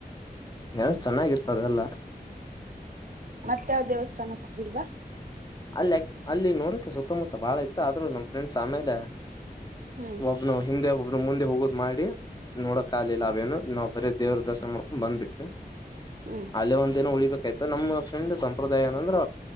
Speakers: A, on the left; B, on the right.
A: ಎಸ್ಟ್ ಚೆನ್ನಾಗಿತ ಅದೆಲ್ಲಾ
B: ಮತ್ತ ಯಾವ್ ದೇವಸ್ಥಾನಕ್ ಹೋಗಿಲ್ವಾ
A: ಅಲ್ಲ ಅಲ್ಲಿ ನೋಡೋಕೆ ಸುತ್ತಮುತ್ತ ಬಾಳ ಇತ್ತು ಆದ್ರರು ನಮ್ ಫ್ರೆಂಡ್ಸ್ ಆಮೇಲೆ
B: ಹ್ಮ್
A: ಒಬ್ನು ಹಿಂದೆ ಒಬ್ಬ ಅವರು ಮುಂದೆ ಹೋಗೋದ್ ಮಾಡಿ ನೋಡಕ್ ಆಗ್ಲಿಲ್ಲ ಅವೇನು ನಾವು ಬರೀ ದೇವ್ರ ದರ್ಶನ ಮಾಡ್ಕೊಂಡ್ ಬಂದ್ವಿ <unintelligible>
B: ಹ್ಮ್
A: ಅಲ್ಲೆ ಒಂದಿನ ಉಳಿಬೇಕ್ ಈತ ನಮ್ಮ ಫ್ರೆಂಡ್ ಸಂಪ್ರದಾಯ ಏನಂದ್ರ